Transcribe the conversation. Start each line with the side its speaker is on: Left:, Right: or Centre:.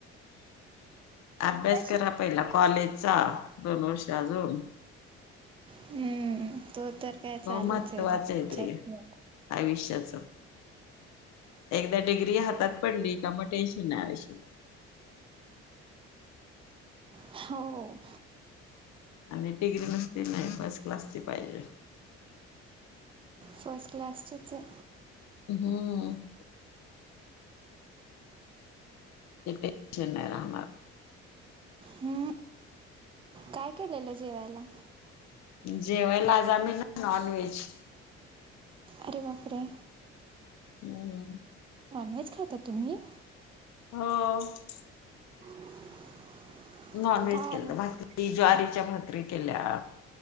Left: अभ्यास
Right: शिक
Left: करां पहिला कॉलेजचां दोन वर्ष अजूंन
Right: हम्म तो तरं कायं
Left: हो
Right: चालूंचं
Left: महत्त्वाचं
Right: आहे तुं विचारं
Left: ते आयुष्याचं एकदा डिग्री हातात पडली का म टेन्शन नाही आयुष्यभर.
Right: हो!
Left: आणि डिग्री नसते नाई पासं. क्लासची पाहिजे
Right: फर्स्ट क्लासचीच हे!
Left: हू! एक टेन्शन नाही राहणार.
Right: हू काय काय केल जेवायला?
Left: जेवयला आज आम्ही ना नॉन व्हेज.
Right: अरे बापरे!
Left: हू!
Right: नॉनव्हेज खाता तुम्ही?
Left: हो!
Right: <inaudible>
Left: नॉन
Right: काय
Left: व्हेज केलंत
Right: आवडतं?
Left: भाकरी ज्वारीच्या भाकरी केल्या.